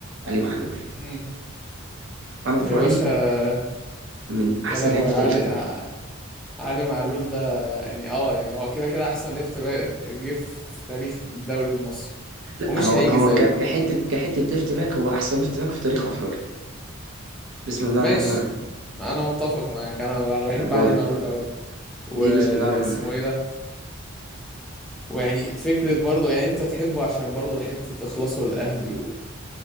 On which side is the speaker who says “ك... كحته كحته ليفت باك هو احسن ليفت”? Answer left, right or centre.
Right